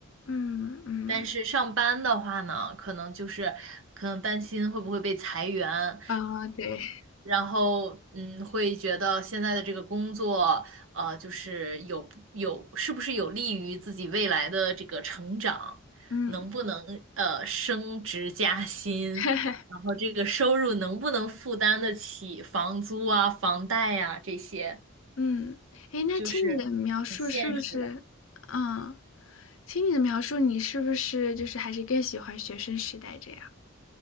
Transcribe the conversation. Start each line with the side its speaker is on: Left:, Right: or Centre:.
Left: 嗯嗯，
Right: 但是上班的话呢，可能就是可能担心会不会被裁员，
Left: 啊、对，
Right: 然后，嗯，会觉得现在的这个工作，呃，就是有有是不是有利于自己未来的这个成长，
Left: 嗯
Right: 能不能呃升职加薪，
Left: <laughs>
Right: 然后这个收入能不能负担得起房租啊、房贷呀、这些，
Left: 嗯，诶，那听你的描述是不是，
Right: 就是很现实了。
Left: 嗯，听你的描述，你是不是就是还是更喜欢学生时代这样？